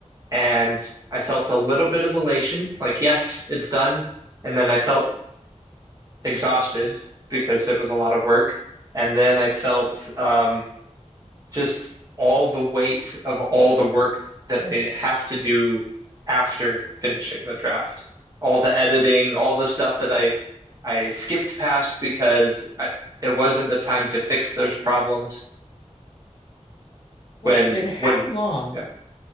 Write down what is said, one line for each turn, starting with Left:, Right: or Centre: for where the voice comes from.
Right: and I felt a little bit of elation, like, yes, it's done. And then I felt exhausted because it was a lot of work. And then I felt um, just all the weight of all the work that I have to do after finishing the draft. All the editing, all the stuff that I I skipped past because I, it wasn't the time to fix those problems when
Left: Like, And how
Right: when
Left: long
Right: yeah.